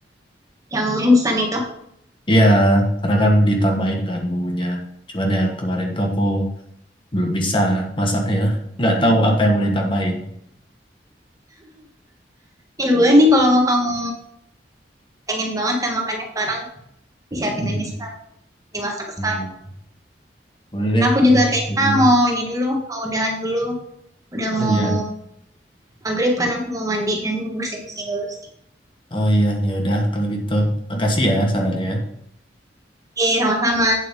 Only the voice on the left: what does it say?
Iya, karena kan ditambahin kan bumbunya. Cuman ya kemarin tuh aku belum bisa masaknya. Nggak tahu apa yang mau ditambahin.
Hmm,
iya.
Boleh deh.
ntar
aku
cobain.
Ah,
iya.
Oh iya, ya udah kalau gitu. Makasih ya sarannya.